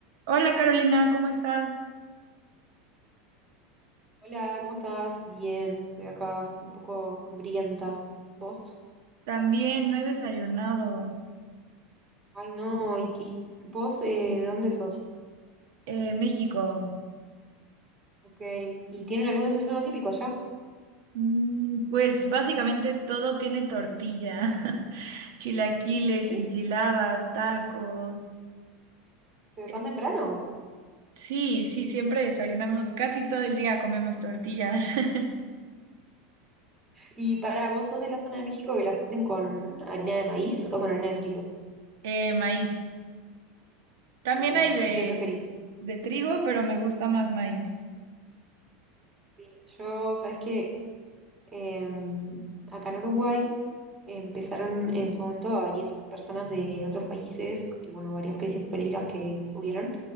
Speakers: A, on the right; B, on the right.
A: Hola Carolina, ¿cómo estás?
B: Hola, ¿cómo estás? Bien, estoy acá un poco hambrienta. ¿Vos?
A: También no he desayunado.
B: Ay, no, ¿y, y vos eh, de dónde sos?
A: Eh, México.
B: Ok, ¿y tienen algún desayuno típico allá?
A: Mm, pues básicamente todo tiene tortilla. <laughs> Chilaquiles,
B: ¿Sí?
A: enchiladas, tacos.
B: ¿Pero
A: Eh,
B: tan temprano?
A: sí, sí, siempre desayunamos. Casi todo el día comemos tortillas. <laughs>
B: ¿Y para vos sos de la zona de México que las hacen con harina de maíz o con harina de trigo?
A: Eh, maíz. También
B: Ok,
A: hay de,
B: ¿y qué preferís?
A: de trigo, pero me gusta más maíz.
B: Sí, yo, ¿sabés qué? Em, acá en Uruguay empezaron en su momento a venir personas de otros países, porque bueno, varias crisis políticas que hubieron.